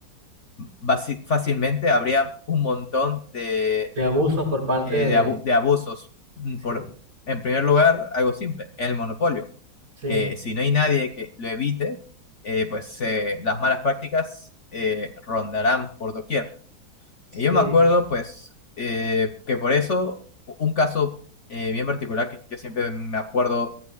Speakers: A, on the left; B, on the right.
A: basi- fácilmente habría un montón de,
B: de abusos por parte
A: eh,
B: de...
A: de, abu- de abusos. Mm,
B: Sí,
A: Por, en primer lugar, algo simple, el monopolio.
B: sí,
A: Eh, si no hay nadie que lo evite, eh, pues eh, las malas prácticas eh, rondarán por doquier.
B: sí,
A: Y yo me acuerdo, pues, eh, que por eso u- un caso eh, bien particular que yo siempre me acuerdo